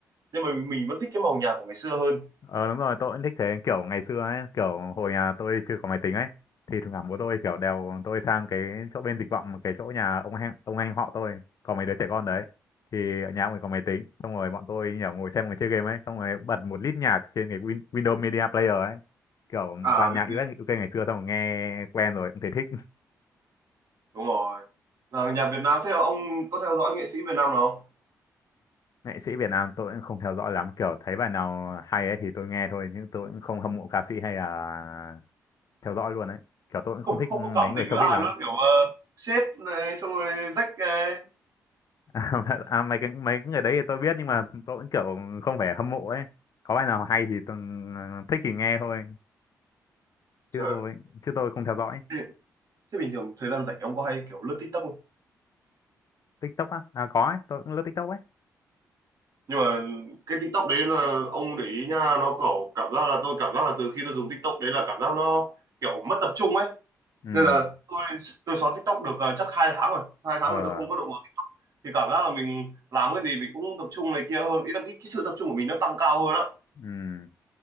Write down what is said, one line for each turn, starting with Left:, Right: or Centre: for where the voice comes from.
Right: nhưng mà mình, mình vẫn thích cái màu nhạc của ngày xưa hơn
Left: Ờ đúng rồi, tôi cũng thích thế kiểu ngày xưa ấy, kiểu hồi nhà tôi chưa có máy tính ấy thì thỉnh thoảng bố tôi kiểu đèo tôi sang cái chỗ bên dịch vọng cái chỗ nhà ông anh ông anh họ tôi có mấy đứa trẻ con đấy thì ở nhà ông ấy có máy tính xong rồi bọn tôi nhỏ ngồi xem ngồi chơi game ấy xong rồi bật một lít nhạc trên cái Win- Windows Media Player ấy kiểu
Right: à
Left: toàn
Right: biết,
Left: nhạc
Right: biết.
Left: US UK ngày xưa xong rồi nghe quen rồi cũng thấy thích
Right: đúng rồi Và nhạc Việt Nam thế là ông có theo dõi nghệ sĩ Việt Nam nào không
Left: <laughs> nghệ sĩ Việt Nam tôi cũng không theo dõi lắm kiểu thấy bài nào hay ấy thì tôi nghe thôi nhưng tôi cũng không hâm mộ ca sĩ hay là theo dõi luôn ấy kiểu tôi cũng
Right: Ôi,
Left: không thích
Right: không
Left: mấy
Right: có cảm
Left: người
Right: tình
Left: showbiz
Right: với ai
Left: lắm
Right: luôn kiểu uh, sếp này xong rồi rách này
Left: à, <laughs> à, mấy cái mấy cái người đấy thì tôi biết nhưng mà tôi vẫn kiểu không phải hâm mộ ấy có bài nào hay thì tôi ờ, thích thì nghe thôi
Right: trời
Left: chứ tôi chứ tôi không theo dõi
Right: ê, Thế bình thường thời gian rảnh ông có hay kiểu lướt TikTok không?
Left: TikTok á à có ấy tôi cũng lướt TikTok ấy
Right: Nhưng mà cái TikTok đấy là ông để ý nha, nó kiểu cảm giác là tôi cảm giác là từ khi tôi dùng TikTok đấy là cảm giác nó kiểu mất tập trung ấy.
Left: ừ
Right: Nên là tôi tôi xóa TikTok được ờ, chắc hai tháng rồi, hai tháng
Left: ờ
Right: rồi tôi không có động vào TikTok. Thì cảm giác là mình làm cái gì mình cũng tập trung này kia hơn, ý là cái, cái sự tập trung của mình nó tăng cao hơn á.
Left: ừ